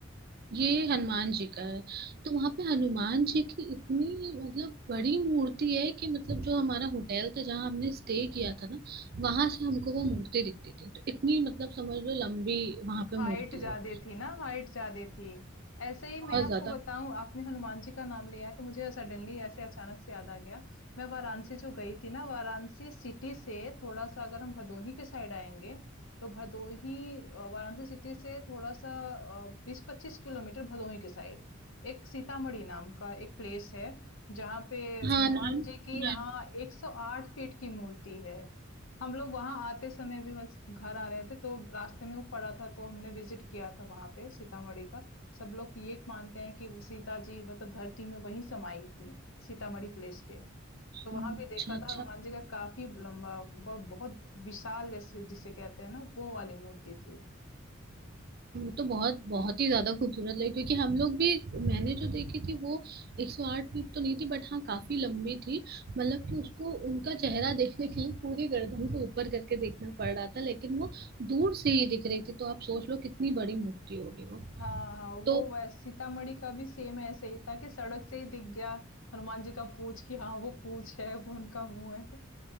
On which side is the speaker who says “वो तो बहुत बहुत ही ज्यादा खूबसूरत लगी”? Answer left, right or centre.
Right